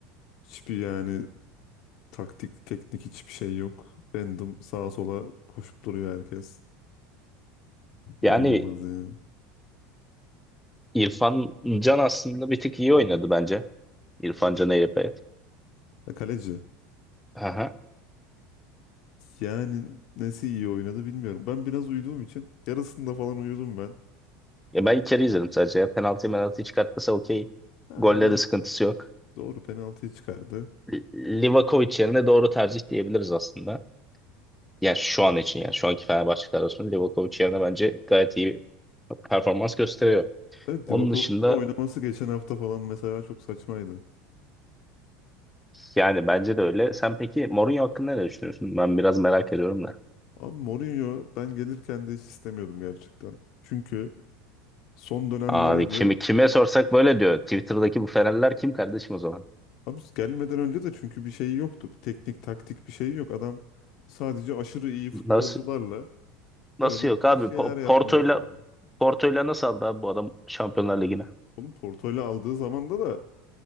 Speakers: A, on the left (about 60°); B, in the centre.
A: Hiçbir yani taktik, teknik hiçbir şey yok. Random sağa sola koşup duruyor herkes.
B: Yani
A: İnanılmaz yani.
B: İrfan Can aslında bir tık iyi oynadı bence. İrfan Can Eyrepeyat.
A: Ya kaleci.
B: Aha.
A: Yani nesi iyi oynadı bilmiyorum. Ben biraz uyuduğum için yarısında falan uyudum ben.
B: Ya ben ilk yarı izledim sadece. Ya penaltı penaltıyı çıkartmasa okey.
A: Ha,
B: Golle
A: fena,
B: de sıkıntısı yok.
A: Doğru penaltıyı çıkardı.
B: Li- Livakovic yerine doğru tercih diyebiliriz aslında. Yani şu an için yani şu anki Fenerbahçe kadrosunda Livakovic yerine bence gayet iyi performans gösteriyor.
A: Evet
B: Onun
A: Livakovic'in
B: dışında
A: oynaması geçen hafta falan mesela çok saçmaydı.
B: Yani bence de öyle. Sen peki Mourinho hakkında ne düşünüyorsun? Ben biraz merak ediyorum da.
A: Ama Mourinho ben gelirken de hiç istemiyordum gerçekten. Çünkü son dönemlerde
B: Abi kimi
A: de
B: kime sorsak böyle diyor. Twitter'daki bu Fenerler kim kardeşim o zaman?
A: abi gelmeden önce de çünkü bir şey yoktu. Bir teknik taktik bir şey yok. Adam sadece aşırı iyi futbolcularla
B: Nasıl nasıl
A: öyle
B: yok
A: bir
B: abi?
A: şeyler
B: Po-
A: yapmaya
B: Porto'yla
A: çalışıyor.
B: Porto'yla nasıl aldı abi bu adam Şampiyonlar Ligi'ne?
A: Oğlum Porto'yla aldığı zamanda da